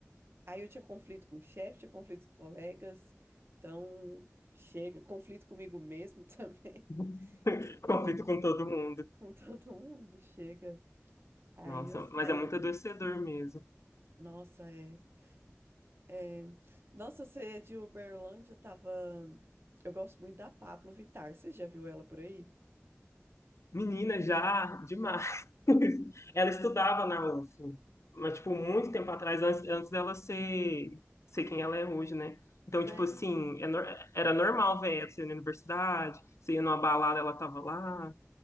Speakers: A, on the right; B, on the left.
A: aí eu tinha conflito com o chefe, tinha conflito com colegas. Então, chega. Conflito comigo mesmo <laughs> também.
B: <laughs> Conflito
A: Então,
B: com todo mundo.
A: com todo mundo, chega. Aí
B: Nossa,
A: eu saí,
B: mas é muito adoecedor mesmo.
A: nossa, é, é- nossa, você é de Uberlândia, eu tava, eu gosto muito da Pablo Vittar, você já viu ela por aí?
B: Menina, já demais. <laughs> Ela estudava na UFO, mas, tipo, muito tempo atrás, antes, antes dela ser, ser quem ela é hoje, né? Então,
A: Sério?
B: tipo assim, é nor- era normal ver ela, você ia na universidade, você ia numa balada, ela tava lá,